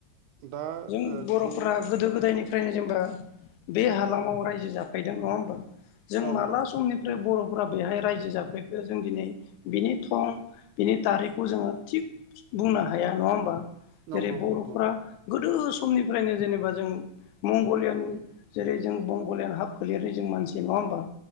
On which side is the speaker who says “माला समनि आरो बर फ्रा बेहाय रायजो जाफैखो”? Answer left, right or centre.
Left